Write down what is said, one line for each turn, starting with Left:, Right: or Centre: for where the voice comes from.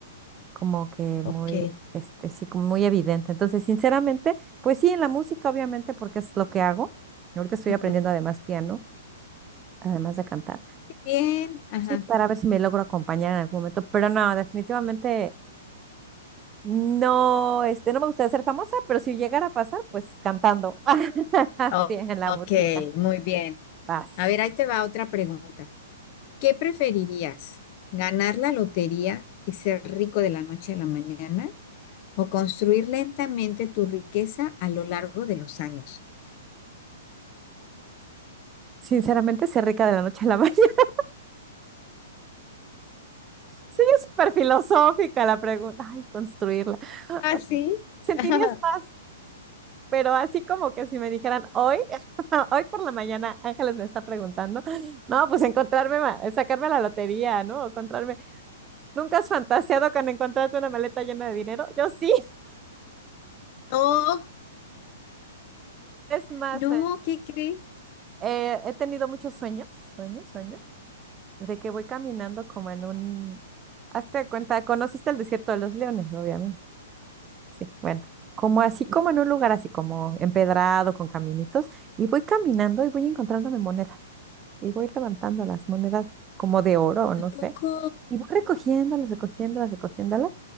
Right: como que
Left: Ok,
Right: muy, este, sí, como muy evidente. Entonces, sinceramente, pues sí, en la música, obviamente, porque es lo que hago. Ahorita estoy
Left: ujú.
Right: aprendiendo además piano, además de cantar.
Left: Bien, ajá.
Right: Sí, para ver si me logro acompañar en algún momento, pero no, definitivamente no, este, no me gustaría ser famosa, pero si llegara a pasar, pues cantando. <laughs>
Left: o-
Right: Sí, en la
Left: ok,
Right: música.
Left: muy bien.
Right: Vas.
Left: A ver, ahí te va otra pregunta. ¿Qué preferirías? ¿Ganar la lotería y ser rico de la noche a la mañana? ¿O construir lentamente tu riqueza a lo largo de los años?
Right: Sinceramente, sé rica de la noche a la <laughs> mañana. Sí, es súper filosófica la pregunta. Ay, construirla.
Left: ¿Ah,
Right: O
Left: sí?
Right: sea, Sentirías
Left: <laughs>
Right: más, pero así como que si me dijeran hoy, <laughs> hoy por la mañana, Ángeles me está preguntando, no, pues encontrarme, ma- sacarme la lotería, ¿no? O encontrarme. ¿Nunca has fantaseado con encontrarte una maleta llena de dinero? Yo sí.
Left: No,
Right: Es más,
Left: no,
Right: Ann,
Left: ¿qué crees?
Right: eh, he tenido muchos sueños, sueños, sueños, de que voy caminando como en un... Hazte cuenta, conociste el desierto de los leones, obviamente. Sí, bueno, como así como en un lugar así como empedrado con caminitos y voy caminando y voy encontrándome monedas y voy levantando las monedas como de oro o no
Left: Tampoco,
Right: sé y voy recogiéndolas, recogiéndolas, recogiéndolas